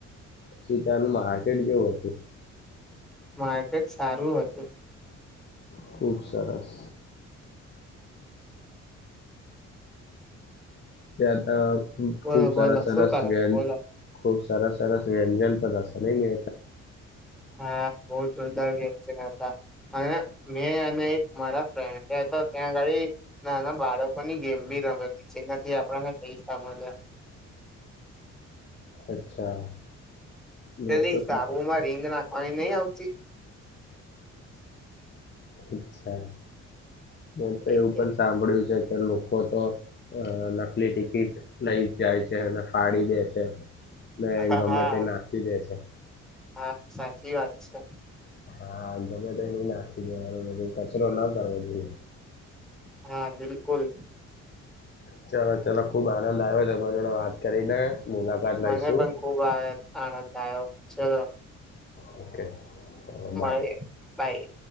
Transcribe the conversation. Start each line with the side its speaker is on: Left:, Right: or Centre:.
Left: પછી ત્યાનું માર્કેટ કેવું હતું
Centre: માર્કેટ સારું હતું
Left: ખુબ સરસ તે આતા
Centre: બોલો
Left: ખુબ સાર
Centre: બોલો
Left: સરસ
Centre: શું કરો
Left: વ્ય
Centre: છો બોલો
Left: ખૂબ સાર સરસ વ્યંજન પણ ન મે
Centre: હા બહદાર છે હતા અને મે એક મારા ફ્રેન્ડ તો ત્યાં ગાળ નાના બાળકોની ગેમ બી રમેલી છે એ આપ ક સામાલ
Left: અચ્છા. મેં
Centre: પેલી
Left: તો
Centre: સાબુ માં રીંગ ના કઈ નહ આવતી.
Left: અચ્છા મે તો
Centre: એ
Left: એવું
Centre: ગેમ
Left: પણ સાંભળ્યું છે. લોકો તો અ નકલી ટિકિટ લઈ જાય છે અને ફાડી દે છે. ના
Centre: હા
Left: ગમે
Centre: હા
Left: તે એ નાખી દે છે.
Centre: હા સાચી વાત છે.
Left: હા ગમે તો એ નઈ નાખી દે મારો બધું કચરો ના કરવો જોઈએ.
Centre: હા બિલકુલ.
Left: ચલો ચલોો ખુબ આનંદ આવે્યો તમારી જોડે વાત કરીને. મુલાકાત
Centre: મને
Left: લઈશું
Centre: પણ ખુબ આનંદ આવ્યો ચલો.
Left: ઓકે. ચલો
Centre: મળ
Left: બાય
Centre: બાય.